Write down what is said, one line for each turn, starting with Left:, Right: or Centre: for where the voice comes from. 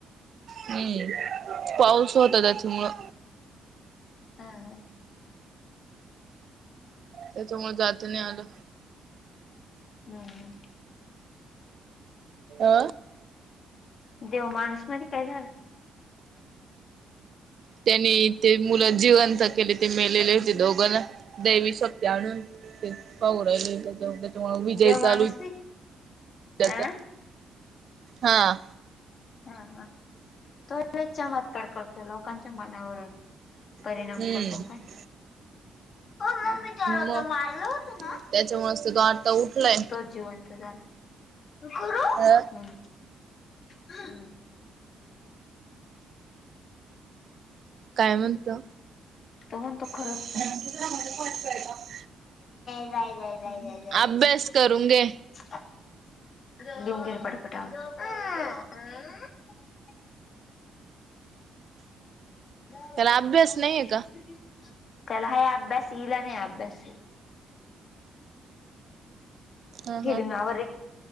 Right: हं पाऊस होता त्याच्यामुळं.
Left: हां हां
Right: त्याच्यामुळे जात नाही आलं.
Left: हं हं
Right: आ
Left: देव माणूस मध्ये काय झालं?
Right: त्यांनी ते मुलं जीवंत केली ते मेलेले होते दोघं देवी शक्ती आणून. ते पाहून राहिले त्याच्या त्याच्यामुळेच विजय
Left: देव माणूस
Right: चालूय
Left: नाही
Right: त्याचा.
Left: अ
Right: हां
Left: हा हा तोच लय चमत्कार करतो. लोकांच्या मनावरून. परिणाम
Right: हम्म
Left: करतो काय? ओह मम्मी तु त्याला
Right: मग
Left: मारल होत ना?
Right: त्याच्यामुळेच तर तो आता उठलाय.
Left: तोच जिवंत झाला. त करू
Right: अ
Left: हं ह
Right: काय म्हणतो?
Left: तो म्हणतो. खरंच
Right: नम
Left: का
Right: <unintelligible>
Left: गाय गाय गाय गाय
Right: अभ्यास
Left: ग
Right: करून घे.
Left: <unintelligible> बेटा आवर <unintelligible> <unintelligible>
Right: त्याला अभ्यास नाहीये का?
Left: त्याला ह आहे अभ्यास हिला नाही अभ्यास.
Right: हा
Left: गेली
Right: हा
Left: आवर रे